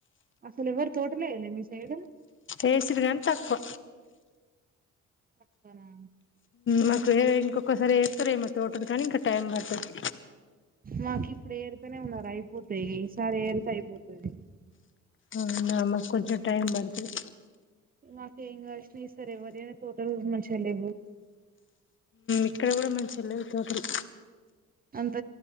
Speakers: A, on the right; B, on the left.
A: అసలు ఎవరు తోటలే యెయ్యలేద మీ సైడు
B: ఏసీది కానీ తక్కువ
A: అట్టనా
B: మాకు వేరే ఇంకొక్కసారి ఏస్తారేమో తోటది కానీ ఇంకా టైం పడుతుంది
A: మాకి ఇప్పుడు ఏరితేనే ఉన్నారు అయిపోతాయి ఈసారి ఏరితే అయిపోతది
B: అవు నా మా కొంచెం టైమ్ పడుతుంది
A: మాకు ఏం కసినయి ఈ సారి ఎవరి తోటలు మంచిగా లేవు
B: ఇక్కడ కూడా మంచి లేదు తోటలు
A: అంత